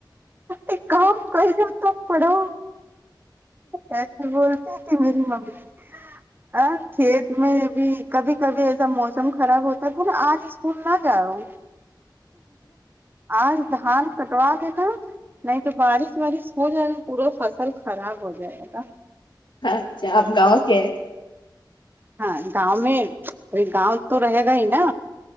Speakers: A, on the right (about 25°); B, on the left (about 80°).
A: ایک کام کر تو پڑھو ایسے بولتے کہ میری ممی ا کھیت میں بھی کبھی کبھی ایسا موسم خراب ہوتا تھا نا آج اسکول نہ جاؤ آج دھان کٹوا دینا نہیں تو بارش وارش ہو جائے گا پورا فصل خراب ہو جائے گا تھا
B: ہاں اچھا آپ گاؤں کے ہیں
A: ہاں گاؤں میں گاؤں تو رہے گا ہی نا